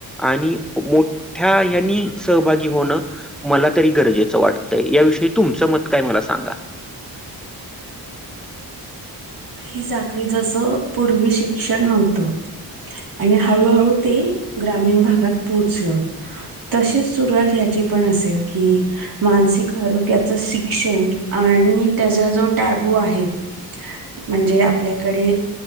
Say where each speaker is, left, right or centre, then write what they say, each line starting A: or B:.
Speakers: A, in the centre; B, on the right (about 60°).
A: आणि मोठ्या यांनी सहभागी होणं मला तरी गरजेचं वाटतंय याविषयी तुमचं मत काय मला सांगा?
B: ही साखळी जसं पूर्वी शिक्षण नव्हतं आणि हळूहळू ते ग्रामीण भागात पोहोचल. तशीच सुरुवात ह्याची पण असेल की मानसिक आरोग्याच शिक्षण आणि त्याचा जो टॅबू आहे म्हणजे आपल्याकडे